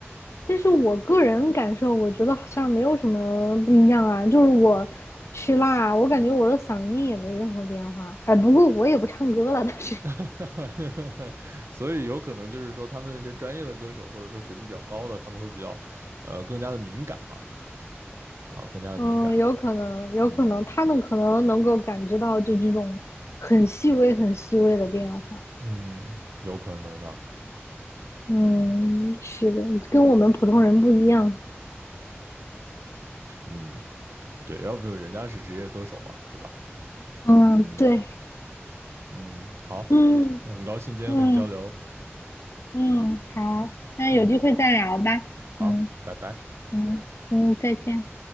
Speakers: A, on the left; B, on the right.
A: 但是我个人感受，我觉得好像没有什么不一样啊。就是我吃辣，我感觉我的嗓音也没任何变化。哎，不过我也不唱歌了，但是，
B: <laughs> 所以有可能就是说他们那些专业的歌手，或者说水平比较高的，他们会比较，呃，更加的敏感嘛，啊，更加的敏感。
A: 嗯，有可能，有可能他们可能能够感知到就这种很细微、
B: 嗯
A: 很细微的变化。
B: 嗯，有可能的。
A: 嗯，是的，跟我们普通人不一样。
B: 嗯，对，要不人家是职业歌手嘛，对吧？
A: 嗯，
B: 嗯
A: 对，
B: 嗯，好，
A: 嗯。
B: 呃很高兴今天和你交流。
A: 嗯嗯，好，那有机会再聊吧。
B: 嗯，好，
A: 嗯
B: 拜拜。
A: 嗯嗯，再见。